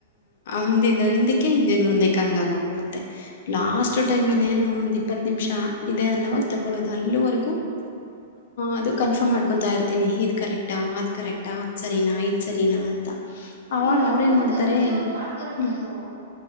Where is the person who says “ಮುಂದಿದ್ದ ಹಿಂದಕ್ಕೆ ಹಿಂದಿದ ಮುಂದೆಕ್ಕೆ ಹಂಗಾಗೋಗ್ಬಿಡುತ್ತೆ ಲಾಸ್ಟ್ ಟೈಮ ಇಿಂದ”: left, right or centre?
Left